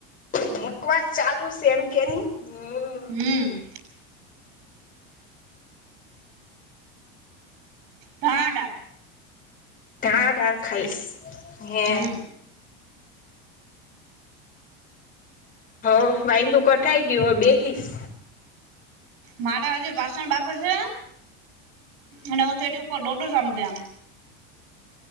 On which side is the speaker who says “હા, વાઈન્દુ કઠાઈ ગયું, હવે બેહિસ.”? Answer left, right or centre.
Left